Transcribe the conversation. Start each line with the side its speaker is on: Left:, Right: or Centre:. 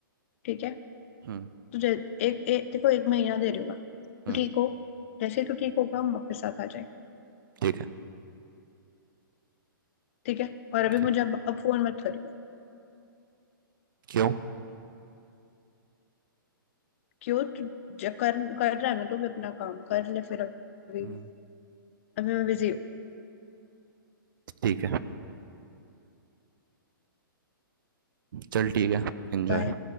Left: ठीक है
Right: हम्म
Left: तो जै, एक, एक देखो एक महीना दे रही हूँ मैं
Right: हम्म
Left: तो ठीक हो जैसे ही तू ठीक होगा हम वापस साथ आ जाए
Right: ठीक है
Left: ठीक है और अभी
Right: ठीक
Left: मुझे अब अब फोन मत करियो
Right: क्यों
Left: क्यों तू ज- कर कर रहा है ना तो भी अपना काम कर ले फिर अभी
Right: हम्म,
Left: अभी मैं बिजी हूँ
Right: ठीक है चल ठीक है एंजॉय
Left: बाय